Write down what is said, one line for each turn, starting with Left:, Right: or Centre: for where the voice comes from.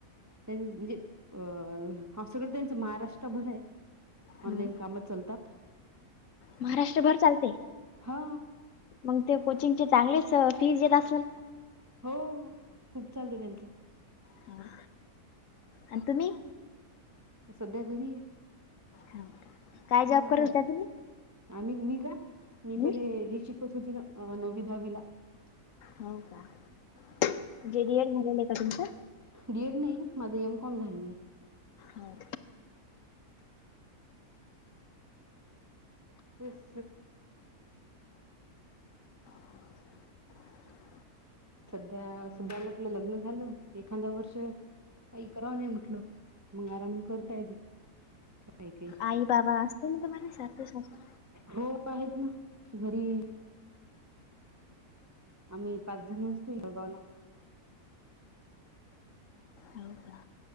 Right: त्यां म्हणजे अ हा सगळं त्यांचं महाराष्ट्रभर आहे.
Left: हम्म
Right: ऑनलाइन काम चालतात.
Left: महाराष्ट्रभर चालते
Right: हा
Left: मग ते कोचिंगचे चांगलेच फीज येत असल.
Right: हो खूप चालत त्यांचं.
Left: हा. आणि तुम्ही?
Right: सध्या घरी आहे.
Left: हो. काय
Right: हा
Left: जॉब
Right: आता,
Left: करत होता तुम्ही?
Right: आम्ही, मी का? मी
Left: हम्म
Right: पहिले हेची <unintelligible> होती ना नववी दहावीला.
Left: हो का? म्हणजे डी एड झालेल आहे का तुमचं?
Right: डी एड नाही, माझं एम कॉम झालेलं आहे.
Left: हो.
Right: तेस
Left: <unintelligible>
Right: सध्या, सध्या म्हटलं लग्न झालं, एखांदा वर्ष काही करावं नाही म्हटलं, मंग आराम करता येते काही <unintelligible>
Left: आई बाबा असतील ना तुम्हाला, सासु-सासरे?
Right: हो आहेत ना, घरी आम्ही पाच जण असतो जळगावला.
Left: होव का?